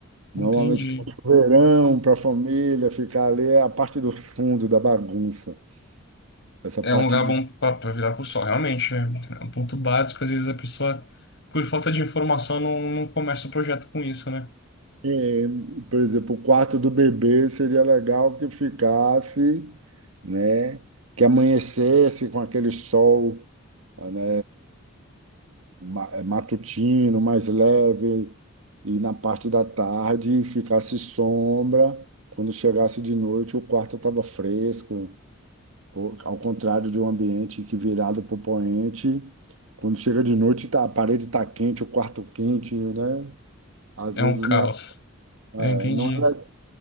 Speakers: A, on the right; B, on the left.
A: Normalmente
B: Entendi.
A: tem um chuveirão para a família ficar ali, é a parte do fundo da bagunça. Essa
B: É
A: parte
B: um lugar
A: de,
B: bom para virar pro sol, realmente. É, é um ponto básico. Às vezes a pessoa, por falta de informação, não, não começa o projeto com isso, né?
A: é, por exemplo, o quarto do bebê seria legal que ficasse, né? Que amanhecesse com aquele sol Ah, né, ma- é matutino, mais leve, e na parte da tarde ficasse sombra. Quando chegasse de noite, o quarto estava fresco, Pô, ao contrário de um ambiente que virado para o poente, quando chega de noite, tá, a parede está quente, o quarto quente, né? Às
B: É
A: vezes
B: um caos.
A: não é, é,
B: Eu entendi.
A: não é, le-